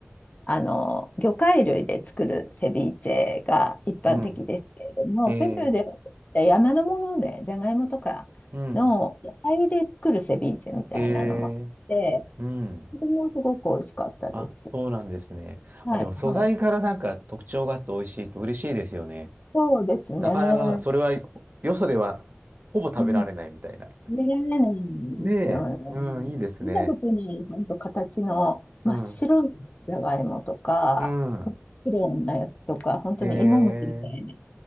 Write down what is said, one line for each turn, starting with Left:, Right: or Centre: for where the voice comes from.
Left: あの、魚介類で作るセビーチェが一般的ですけれども、
Right: うん。へえ。
Left: ペルーでは山のもので、ジャガイモとかの野菜で作るセビーチェみたいなのもあって、
Right: うん。へえ。うん。
Left: それもすごく美味しかったです。
Right: あ、そうなんですね。
Left: はい、
Right: あ、でも素材からなんか特徴があって美味しいと嬉しいですよね。
Left: はい。そうですね。
Right: なかなか、それは、よそではほぼ食べられないみたいな。
Left: うん。食べられないんですよね。
Right: ねえ。うん、いいですね。
Left: 見たことない、本当形の真っ白なじゃがいもとか、
Right: うん。うん。
Left: 黒のやつとか、本当に芋虫みたい
Right: へえ。